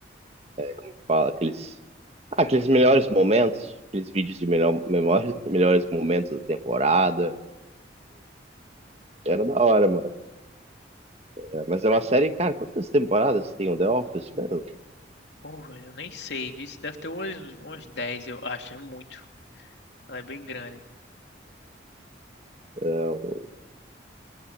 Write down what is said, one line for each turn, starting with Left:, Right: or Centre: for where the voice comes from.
Right: como que Fala, aqueles. Ah, aqueles melhores momentos, aqueles vídeos de melhor, memórias- melhores momentos da temporada. Era da hora, mano. É, mas é uma série, cara, quantas temporadas tem o The Office, mano?
Left: Pô, velho, eu nem sei, viu? Deve ter umas, umas 10, eu acho. É muito. Ela é bem grande.
Right: Então,